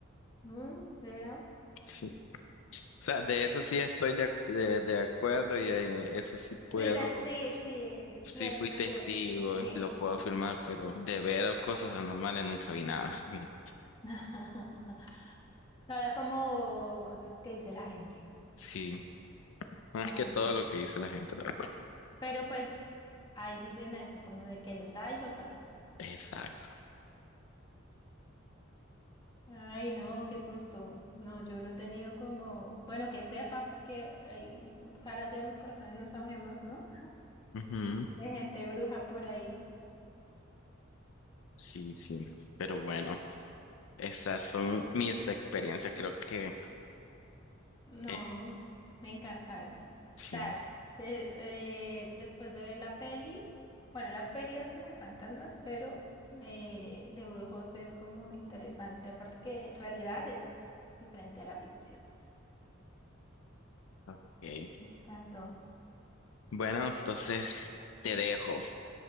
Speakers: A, on the left; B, on the left.
A: Mm, vea.
B: sí. O sea, de eso sí estoy de, ac- de, de acuerdo y eh, eso sí puedo,
A: Dices, sí, sí, sí
B: sí
A: es
B: fui
A: seguro,
B: testigo,
A: sí, sí.
B: lo puedo afirmar, pero de ver cosas anormales nunca vi nada. <laughs>
A: <laughs> No era como cosas que dice la gente.
B: Sí, más
A: Ah.
B: que todo lo que dice la gente, la verdad.
A: Pero pues ahí dicen a eso, como de que los hay, los hay.
B: Exacto.
A: Ay, no, qué susto. No, yo no he tenido como, bueno, que sepa, porque hay caras vemos, corazones no sabemos, ¿no?
B: Ujú.
A: De gente bruja por ahí.
B: Sí, sí, pero bueno, esas son mis experiencias, creo que
A: No,
B: eh,
A: me encantaron.
B: sí.
A: O sea, de- eh, después de ver la peli, bueno, la peli era como de fantasmas, pero eh, de brujos es como interesante, aparte que realidad es diferente a la ficción.
B: Ok.
A: Me encantó.
B: Bueno, entonces te dejo.